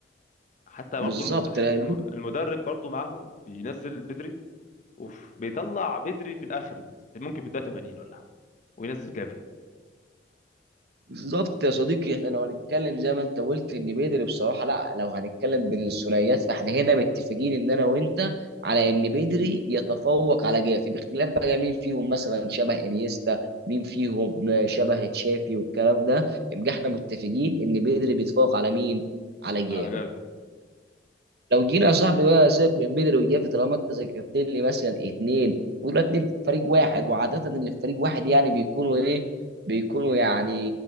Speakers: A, on the left; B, on the right.
A: حتى
B: بالظبط
A: برضو المد...
B: لأن-
A: الم- المدرب برضو معاهم بينزل بدري وبيطلع بدري في الاخر مثلاً، في- ممكن في الدقيقه 80 ولا حاجه وينزل جافي
B: بالظبط يا صديقي احنا لو هنتكلم زي ما انت قلت ان بيدري بصراحه لا لو هنتكلم بين الثنائيات فاحنا هنا متفقين ان انا وانت على ان بيدري يتفوق على جافي باختلاف بقى مين فيهم مثلا شبه انيستا مين فيهم شبه تشافي والكلام ده يبقى احنا متفقين ان بيدري بيتفوق على مين على جافي
A: على جافي
B: لو جينا يا صاحبي بقى سيبك من بدري وجافي طالما انت ذكرت لي مثلا اثنين ولا اتنين في فريق واحد وعاده اللي في فريق واحد يعني بيكونوا ايه بيكونوا يعني